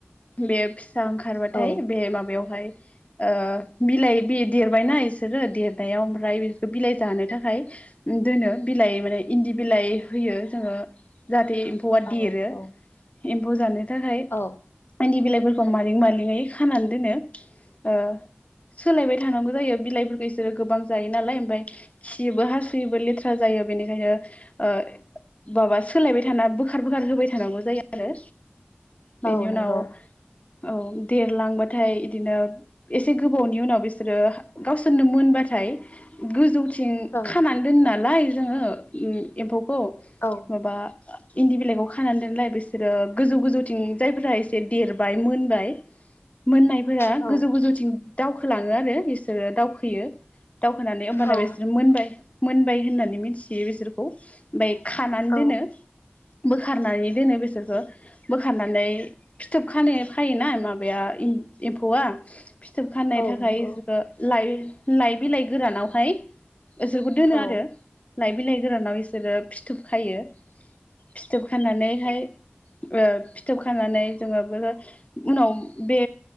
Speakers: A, on the left; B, on the left.
A: बे फिस सा ओंखारबाथाय
B: औ
A: बे माबायाव। <unintelligible> ओह बिलाइ बे देरबायना इसोरो देरनायाव ओमफ्राय बिसोरखो बिलाइ जानो थाखाय। खाय दोनो बिलाइ माने इन्दि बिलाइ होयो जोङो। जाहाथे एम्फौआ
B: औ
A: देरो
B: औ
A: एम्फौ जानो थाखाय
B: औ
A: इनदि बिलाइ। बोरखौ मालिं मालिङै खानानै दोनो ओह। सोलायबाय थानांगौ जायो बिलाइफोरखौ इसोरो गोबां जायो नालाय ओमफाय खियोबो हासुयोबो लेथ्रा जायो। <unintelligible> बेनिखायनो ओह बाबास सोलायबाय थाना बोखार बोखार होबाय थानांगौ जायो आरो बेनि
B: औ
A: उनाव।
B: नंगौ
A: औ देरलांबाथाय इदिनो एसे गोबावनि उनाव बिसोरो गावसोरनो मोनबाथाय थाय गोजौ थिं
B: औ
A: खानानै दोनो नालाय जोङो एम एम्फौखौ
B: औ
A: माबा इन्दि बिलाइखौ खानानै दोनलाय बिसोरो गोजौ गोजौथिं जायफोरा एसे देरबाय मोनबाय मोननाय फोरा
B: औ
A: गोजौ गोजौथिं दावखोलाङो आरो इसोरो दावखोयो। दावखोनानै ओमबाना
B: औ
A: बिसोर मोनबाय मोनबाय होननानै मिथियो बिसोरखौ ओमबाय खानानै
B: औ
A: दोनो बोखारनानै दोनो बेसोरखो बोखारनानै फिथोब खानो फायोना माबाया एम एम्फौआ फिथोब खानाय
B: औ
A: थाखाय
B: नंगौ
A: ओ लाइ-लाइ बिलाइ गोरानावहाय इसोरखौ दोनो
B: औ
A: आरो लाइ बिलाइ गोरानाव इसोरो फिथोब खायो फिथोब खानानैहाय ओ फिथोब खानानै जोङो <unintelligible> उनाव बे